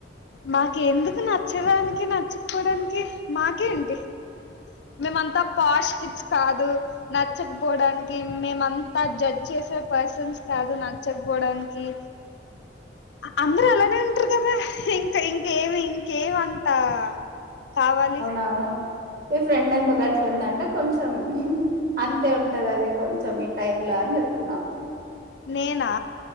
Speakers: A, on the left; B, on the right.
A: మాకు ఎందుకు నచ్చడానికి నచ్చకపోవడానికి మాకేంటి మేమంతా పాష్ కిడ్స్ కాదు నచ్చకపోవడానికి మేమంతా జడ్జ్ చేసే పర్సన్స్ కాదు నచ్చకపోవడానికి అందరు అలానే ఉంటారు కదా ఇంకా ఇంకేమి కేవ అంతా కావాలి
B: అవును ఈ ఫ్రెండ్ ఎందుక అట్లా ఉందంటే కొంచెం అంతే ఉంటది అది కొంచెం ఇట్ టైం లా అని చెప్తున్నా
A: నేనా